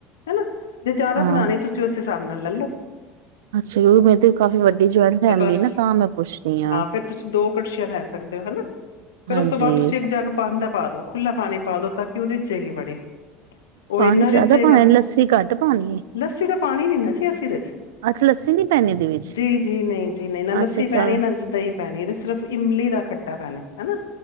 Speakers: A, on the left; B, on the right.
A: ਹਨਾਂ। ਜੇ ਜ਼ਿਆਦਾ
B: ਹਾਂ
A: ਬਣਾਉਣੇ ਤੁਸੀਂ ਉਸ ਹਿਸਾਬ ਨਾਲ ਲਲੋ
B: ਅੱਛਾ ਮੇਂ ਤੇ ਕਾਫ਼ੀ ਵੱਡੀ ਜੁਆਇੰਟ ਫੈਮਿਲੀ
A: ਤੇ ਬਸ
B: ਨਾਂ ਤਾਂ ਮੈਂ ਪੁੱਛ ਰਹੀ ਹਾਂ
A: ਫੇਰ ਤੁਸੀਂ ਦੋ ਲੈ ਸਕਦੇ ਹੋ ਹਨਾਂ ਫੇਰ
B: ਹਾਂਜੀ
A: ਉਸ ਤੋਂ ਬਾਅਦ ਤੁਸੀਂ ਇੱਕ ਜੱਗ ਪਾਣੀ ਦਾ ਪਾਦੋ ਖੁੱਲਾ ਪਾਣੀ ਪਾਦੋ ਤਾਂ ਕਿਊ ਰੀਜੇਗੀ ਬੜੀ ਉਹ
B: ਪਾਣੀ
A: ਇੰਨਾਂ
B: ਜ਼ਿਆਦਾ
A: ਰਿੱਝੇਗਾ
B: ਪਾਣਾ ਲੱਸੀ ਘੱਟ ਪਾਣੀ ਏ?
A: ਲੱਸੀ ਤਾਂ ਪਾਣੀ ਨੀਂ ਨਾਂ ਅਸੀ ਇਦੇ ਚ
B: ਅੱਛਾ ਲੱਸੀ ਨੀ ਪੈਣੀ ਇਹਦੇ ਵਿੱਚ
A: ਜੀ, ਜੀ, ਨਈਂ ਜੀ ਨਈਂ ਨਾ ਲੱਸੀ
B: ਅੱਛਾ ਅੱਛਾ
A: ਪੈਣੀ ਨਾ ਦਹੀਂ ਪੈਣੀ ਸਿਰਫ ਦਾ ਖੱਟਾ ਪੈਣ ਹਨਾਂ।